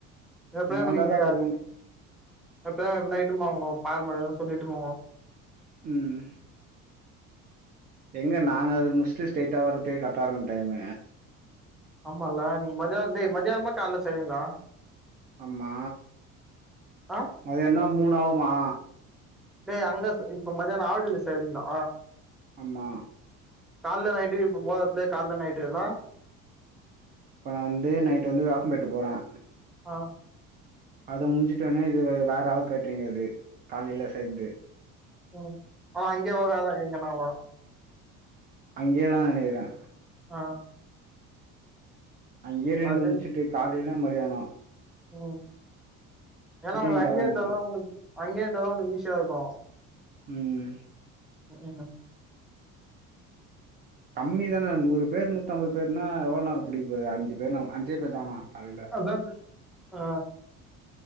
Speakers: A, in the centre; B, on the right.
A: எப்டியாம
B: நீ வந்தாதான்
A: நீங்க
B: தான் வருவோம்
A: எப்டிய நைட்டும் போங்கே பால் மடியனு சொல்லிட்டு போங்கே
B: ம் எங்க நாங்க அது முஸ்ட்டு ஸ்ரெயிட்டா வர்றதே கர்ட்டா இர்க்கு டைம்
A: ஆமால்ல நீங்க மதியானம் மதியானமா கால செய்வீங்களா
B: ஆமா
A: ஆ
B: மதிய என்ன மூணு ஆகுமா
A: ஏய் அங்க இப்ப மதியானம் ஆவடில்ல செய்வீங்களா
B: ஆமா
A: கால்ல நைட்டு இப்போ போத எடதுலே கால்ல நைட்டு எல்லா
B: இப்போ நான் வந்து நைட் வந்து வெப்பம் பெட்டு போறேன்
A: ஆ
B: அத முடிஞ்சுட்டுனே இது வேற ஆள் கேட்டுறீங் அது காலையில சேய்ர்த்து
A: ம் அவ அங்கேவ அ எங்க நாவோ
B: அங்கே தான் நெனைக்கிறேன்
A: ஆ
B: அங்கே ரெண்டு
A: அது
B: முட்ச்சுட்டு காலைலே மதியானோ
A: ஓ ஏனா உனக்கு
B: இங்க
A: அங்கே
B: வர வேண்டியதான்
A: இருந்தாதான் உனக்கு அங்கே இருந்தாதான் உனக்கு ஈஸியா இருக்கும்
B: ம்
A: அப்ற என்ன
B: கம்மி தானே நூறு பேரு நூத்தம்பது பேருனா எவ்ளோ நேரம் புடிக்க போது அஞ்சு பேரு அஞ்சே பேர் தானா காலைல
A: அதா ஆ